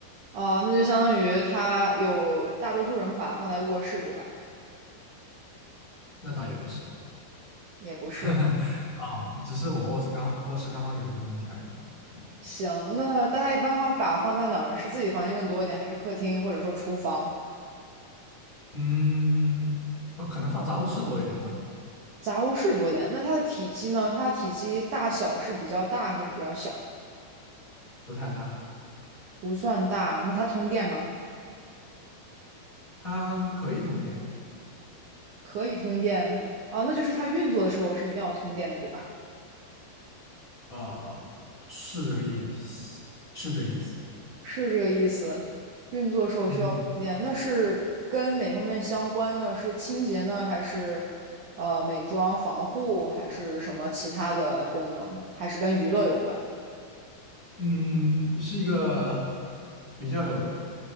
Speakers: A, on the right; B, on the left.
A: 哦，那就相当于它有大多数人会把它放在卧室，对吧？
B: 那倒也不是，
A: 也不是。
B: <laughs> 啊，只是我卧室刚卧室刚好有这个东西而已。嗯
A: 行，那大家一般的话会把它放在哪儿呢？是自己的房间更多一点，还是客厅或者说厨房、
B: 嗯，呃可能放杂物室多一点吧，
A: 杂物室多一点？那它的体积呢？它的体积大小是比较大还是比较小？
B: 不太大。
A: 不算大，那它通电吗？
B: 它可以通电，
A: 可以通电啊，那就是它运作的时候是一定要通电的，对吧？
B: 呃，是这个意思，是这个意思。
A: 是这个意思。运作时候需要充电，
B: 嗯
A: 那是跟哪方面相关呢？是清洁呢，还是呃美妆、防护，还是什么其他的功能？还是跟娱乐有关？
B: 嗯，是一个比较有，